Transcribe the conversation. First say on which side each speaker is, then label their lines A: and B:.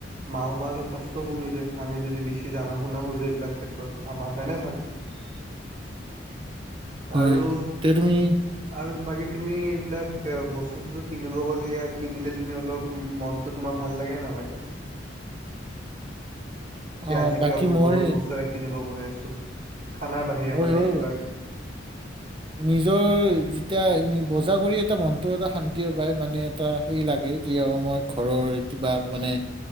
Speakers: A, on the right; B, on the right.
A: মা পাপাহঁতৰ কষ্টও কমি যায় আমি যদি বেছি জাননা শুনা হৈ যাও এইবিলাক ক্ষেত্ৰত আমাৰ কাৰণে ভাল।
B: <inaudible> হয়
A: আৰু
B: এতিয়া তুমি
A: আৰু বাকী তুমি এইবিলাক বস্তু চস্তু কিনিব গ'লে য়া কিনিলে তুমি অলপ মনটো তোমাৰ ভাল লাগে নালাগে? এতিয়া,
B: অ
A: আজি
B: বাকী
A: কিবা
B: মই
A: নতুন বস্তু এটা কিনিব গৈ আছো, খানাৰ বাহিৰে
B: হয়
A: মানে কিবা।
B: হয় নিজৰ যেতিয়া বজাৰ কৰি এটা মনটো এটা শান্তি পায় মানে এটা হে লাগে কি অ' মই ঘৰৰ কিবা মানে